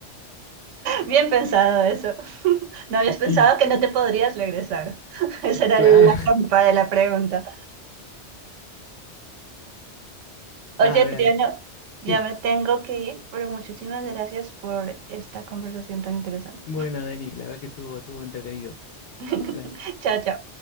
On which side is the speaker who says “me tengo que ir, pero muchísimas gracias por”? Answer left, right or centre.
Right